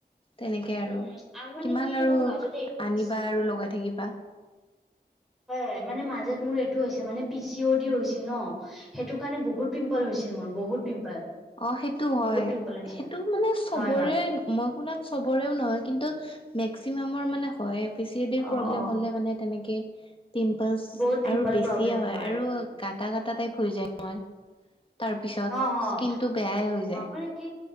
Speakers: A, on the left; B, in the centre.
A: তেনেকে আৰু
B: উম আৰু মানে
A: কিমান
B: কি
A: আৰু
B: মোৰ মাজতে এইটো
A: আনিবা
B: হৈছিল
A: আৰু লগাই থাকিবা।
B: হয় হয় মানে মাজত মোৰ এইটো হৈছে মানে পিচি অ দি হৈছিল ন সেইটো কাৰণে বহুত পিম্পল হৈছিল মোৰ বহুত পিম্পল।
A: অৱ সেইটো হয়
B: বহুত পিম্পল হৈছে
A: সেইটো মানে চবৰে
B: হয় হয়
A: মই শুনাত চবৰেও নহয় কিন্তু মেক্সিমামৰ মানে হয়ে এ। পি চি এ ডিৰ
B: অ
A: প্ৰব্লেম
B: অ
A: হ'লে মানে তেনেকে পিম্পলছ
B: বহুত পিম্পল
A: আৰু বেছিয়ে
B: প্ৰব্লেম
A: হয়
B: কৰে
A: আৰু গাটা গাটা টাইপ হৈ যায় মই তাৰ পিছত
B: হ হ
A: স্কিনটো
B: অ
A: বেয়াই হৈ যায়
B: মানে কি